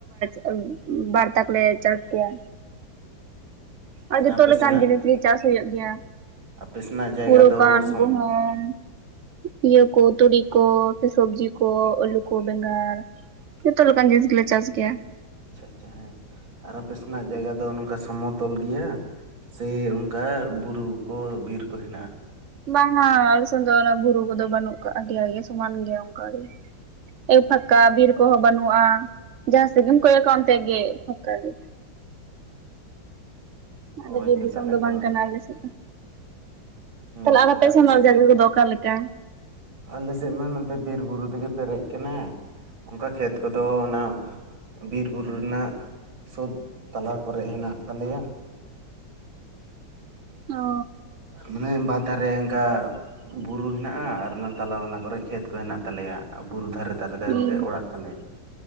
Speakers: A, on the right; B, on the right.
A: <inaudible> ᱵᱟᱨᱛᱟ ᱠᱚᱞᱮ ᱪᱟᱥ ᱜᱮᱭᱟ᱾ ᱟᱨ ᱡᱚᱛᱚ
B: ᱟᱯᱮ
A: ᱞᱮᱠᱟᱱ
B: ᱥᱮᱱᱟᱜ
A: ᱡᱤᱱᱤᱥ ᱜᱮ ᱪᱟᱥ ᱦᱩᱭᱩᱜ ᱜᱮᱭᱟ
B: ᱟᱯᱮ ᱥᱮᱱᱟᱜ ᱡᱟᱭᱜᱟ
A: ᱦᱩᱲᱩ
B: ᱫᱚ
A: ᱠᱟᱱ
B: ᱥᱚᱢ
A: ᱜᱩᱦᱩᱢ ᱤᱭᱟᱹ ᱠᱚ, ᱛᱩᱲᱤ ᱠᱚ ᱥᱮ ᱥᱚᱵᱽᱡᱤ ᱠᱚ, ᱟᱹᱞᱩ ᱠᱚ, ᱵᱮᱸᱜᱟᱲ ᱡᱚᱛᱚ ᱞᱮᱠᱟᱱ ᱡᱤᱱᱤᱥ ᱜᱮᱞᱮ ᱪᱟᱥ ᱜᱮᱭᱟ᱾
B: ᱟᱪᱪᱷᱟ ᱟᱪᱪᱷᱟ ᱦᱮᱸ, ᱟᱨ ᱟᱯᱮ ᱥᱮᱱᱟᱜ ᱡᱟᱭᱜᱟ ᱫᱚ ᱱᱚᱝᱠᱟ ᱥᱚᱢᱚᱛᱚᱞ ᱜᱮᱭᱟ? ᱥᱮ ᱚᱝᱠᱟ ᱵᱩᱨᱩ ᱠᱚ ᱵᱤᱨ ᱠᱚ ᱦᱮᱱᱟᱜᱼᱟ?
A: ᱵᱟᱝᱟ ᱟᱞᱮ ᱥᱮᱱ ᱫᱚ ᱚᱱᱟ ᱵᱩᱨᱩ ᱠᱚᱫᱚ ᱵᱟᱹᱱᱩᱜ ᱠᱟᱜᱼᱟ ᱫᱮᱭᱟ ᱜᱮ ᱥᱚᱢᱟᱱ ᱜᱮᱭᱟ ᱚᱱᱠᱟᱜ ᱜᱮ᱾ ᱮᱠ ᱯᱷᱟᱸᱠᱟ ᱵᱤᱨ ᱠᱚᱦᱚᱸ ᱵᱟᱹᱱᱩᱜᱼᱟ, ᱡᱟᱦᱟᱸ ᱥᱮᱫ ᱜᱮᱢ ᱠᱚᱭᱚᱜ-ᱟ ᱚᱱᱛᱮ ᱜᱮ ᱯᱷᱸᱟᱠᱟ ᱜᱮ᱾ ᱟᱞᱮ
B: ᱚ ᱟᱪᱪᱷᱟ
A: ᱵᱤᱨ ᱫᱤᱥᱚᱢ
B: ᱛᱟᱦᱚᱞᱮ
A: ᱫᱚ
B: ᱛᱚ
A: ᱵᱟᱝ ᱠᱟᱱᱟ ᱟᱞᱮ ᱥᱮᱫ ᱫᱚ᱾
B: ᱦᱩᱸ
A: ᱛᱟᱦᱚᱞᱮ ᱟᱨ ᱟᱯᱮ ᱥᱮᱱᱟᱜ
B: ᱥᱮᱫ
A: ᱡᱟᱭᱜᱟ
B: ᱫᱚ
A: ᱠᱚᱫᱚ ᱚᱠᱟ ᱞᱮᱠᱟ?
B: ᱟᱞᱮ ᱥᱮᱫ ᱢᱟ ᱱᱚᱱᱛᱮ ᱵᱤᱨ ᱵᱩᱨᱩ ᱛᱮᱜᱮ ᱯᱮᱨᱮᱡ ᱠᱟᱱᱟ᱾ ᱚᱱᱠᱟ ᱠᱷᱮᱛ ᱠᱚᱫᱚ ᱚᱱᱟ ᱵᱤᱨ ᱵᱩᱨᱩ ᱨᱮᱱᱟᱜ ᱥᱳᱛ ᱛᱟᱞᱟ ᱠᱚᱨᱮᱜ ᱦᱮᱱᱟᱜ ᱛᱟᱞᱮᱭᱟ᱾
A: ᱚ
B: ᱢᱟᱱᱮ ᱵᱟᱫᱽ ᱫᱷᱟᱨᱮ ᱚᱱᱠᱟ ᱵᱩᱨᱩ ᱦᱮᱱᱟᱜᱼᱟ ᱟᱨ ᱚᱱᱟ ᱛᱟᱞᱟ ᱢᱟᱞᱟ ᱠᱚᱨᱮᱜ ᱠᱷᱮᱛ ᱠᱚ ᱦᱮᱱᱟᱜ ᱛᱟᱞᱮᱭᱟ᱾ ᱟᱨ ᱵᱩᱨᱩ ᱫᱷᱟᱨᱮ ᱫᱷᱟᱨᱮ ᱫᱷᱟᱨᱮ
A: ᱦᱩᱸ
B: ᱛᱮ ᱚᱲᱟᱜ ᱛᱟᱞᱮ᱾